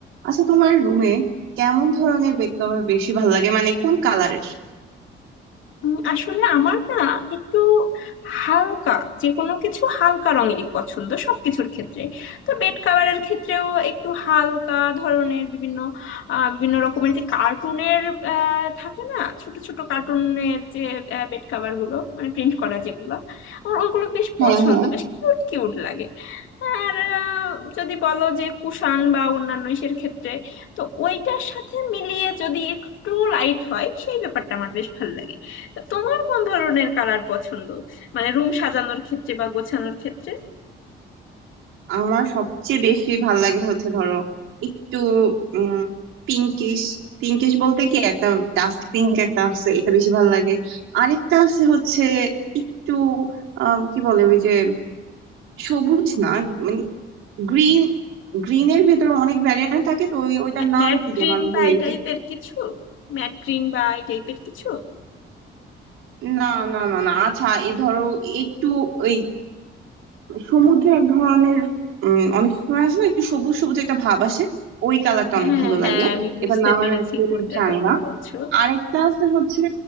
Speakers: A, on the right; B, on the left.
A: আচ্ছা তোমার রুমে কেমন ধরনের বেড কভার বেশি ভালো লাগে মানে কোন কালারের
B: উম, আসলে আমার না একটু হালকা যে কোনো কিছু হালকা রঙেরই পছন্দ সবকিছুর ক্ষেত্রে তো বেড কাভারের ক্ষেত্রেও একটু হালকা ধরনের বিভিন্ন আহ, বিভিন্ন রকমের যে কার্টুনের থাকে না ছোট ছোট কার্টুনের যে বেড কাভার গুলো মানে প্রিন্ট করা যেগুলো আমার ওইগুলো বেশ
A: হ্যাঁ
B: পছন্দ
A: হ্যাঁ
B: বেশ কিউট কিউট লাগে আর আহ, যদি বলো যে কুষাণ বা অন্যান্য ইসের ক্ষেত্রে তো ওইটার সাথে মিলিয়ে যদি একটু লাইট হয় সেই ব্যাপারটা আমার বেশ ভালো লাগে তা তোমার কোন ধরনের কালার পছন্দ মানে রুম সাজানোর ক্ষেত্রে বা গোছানোর ক্ষেত্রে
A: আমার সবচেয়ে বেশি ভালো লাগে হচ্ছে ধরো একটু উম পিঙ্কিশ পিঙ্কিশ বলতে কি একটা ডাস্ট পিঙ্ক একটা আছে এটা বেশি ভালো লাগে আরেকটা আছে হচ্ছে একটু আম, কি বলে ওই যে সবুজ না মানে গ্রিন গ্রিনের ভেতরে অনেক ভ্যারিয়েন্ট থাকে তো ওই ওইটার নাম
B: ম্যাট
A: কি
B: গ্রিন
A: যেন আমি
B: বা
A: ভুলে
B: এই
A: গেছি
B: টাইপের কিছু ম্যাট গ্রিন বা এই টাইপের কিছু
A: না না না না আচ্ছা এই ধরো একটু ওই সমুদ্রে এক ধরনের উম অনেক সময় আসে না একটু সবুজ সবুজ একটা ভাব আসে ওই কালারটা অনেক
B: হ্যাঁ
A: ভালো
B: হ্যাঁ
A: লাগে
B: আমি বুঝতে
A: এটার নাম
B: পেরেছি
A: আমি অ্যাকচুয়ালি
B: কোনটার
A: জানি
B: কথা
A: না
B: বলছো
A: আরেকটা আছে হচ্ছে